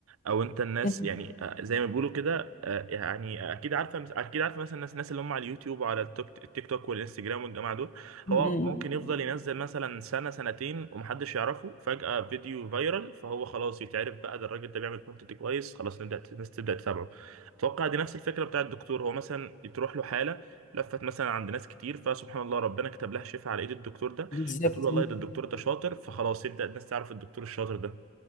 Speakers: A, on the right (about 80°); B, on the left (about 40°).
A: او انت الناس
B: م-
A: يعني آه، زي ما بيقولوا كده آه، يعني اكيد عارفه اكيد عارفه مثلا الناس الناس اللي هم على اليوتيوب وعلى التوك- التيك توك والانستجرام والجماعه دول
B: م-
A: هو
B: م.
A: ممكن يفضل ينزل مثلا سنه سنتين ومحدش يعرفه فجاه فيديو فايرال فهو خلاص يتعرف بقى ده الراجل ده بيعمل كونتنت كويس خلاص نبدا الناس تبدا تتابعه اتوقع دي نفس الفكره بتاع الدكتور هو مثلا تروح له حاله لفت مثلا عند ناس كتير فسبحان الله ربنا كتب لها شفاء على ايد الدكتور ده
B: بالظبط
A: فتقول والله ده الدكتور ده شاطر فخلاص يبدا الناس تعرف الدكتور الشاطر ده